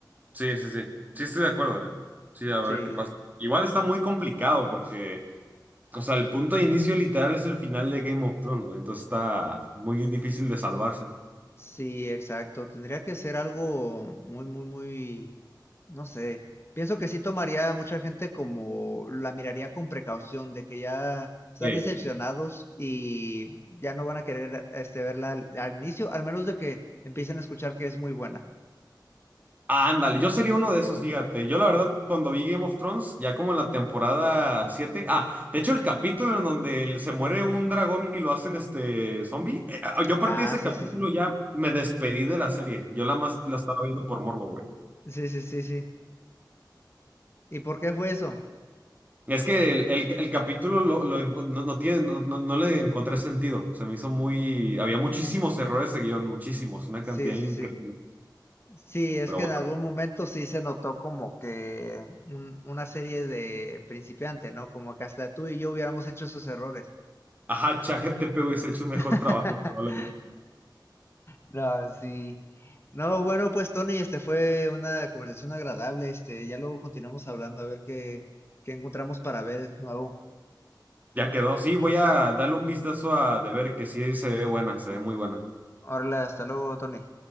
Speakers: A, on the right (about 20°); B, on the left (about 35°).
A: Sí, sí, sí. Sí estoy de acuerdo, ¿eh? Sí, a ver
B: Sí,
A: qué pasa. Igual está muy complicado porque... O sea, el punto de inicio literal es el final de Game of Thrones, güey. Entonces está muy difícil de salvarse.
B: sí, exacto. Tendría que ser algo muy, muy, muy, no sé. Pienso que sí tomaría a mucha gente como la miraría con precaución, de que ya están
A: Ey.
B: decepcionados y ya no van a querer este, verla al, al inicio, al menos de que empiecen a escuchar que es muy buena.
A: Ah, ándale, yo sería uno de esos, fíjate. Yo la verdad, cuando vi Game of Thrones, ya como en la temporada 7, ah, de hecho el capítulo en donde el- se muere un dragón y lo hacen este zombie, eh, ah, yo a partir
B: Ah,
A: de ese
B: sí,
A: capítulo
B: sí, sí.
A: ya me despedí de la serie. Yo la más la estaba viendo por morbo, güey.
B: Sí, sí, sí, sí. ¿Y por qué fue eso?
A: Es que el, el- el capítulo lo, lo encon- no, no tiene, no, no- no le encontré sentido. Se me hizo muy... Había muchísimos errores de guión, muchísimos, una
B: Sí,
A: cantidad increíble.
B: sí, sí. Sí, es
A: Pero
B: que
A: bueno,
B: en algún momento sí se notó como que un- una serie de principiante, ¿no? Como que hasta tú y yo hubiéramos hecho esos errores.
A: ajá, ChatGPT hubiese hecho un mejor
B: <laughs>
A: trabajo, probablemente.
B: No, sí. No, bueno, pues Tony, este fue una conversación agradable. Este, ya luego continuamos hablando a ver qué, qué encontramos para ver nuevo.
A: Ya quedó. Sí, voy a darle un vistazo a de ver que sí se ve buena, se ve muy buena.
B: ahora hasta luego, Tony.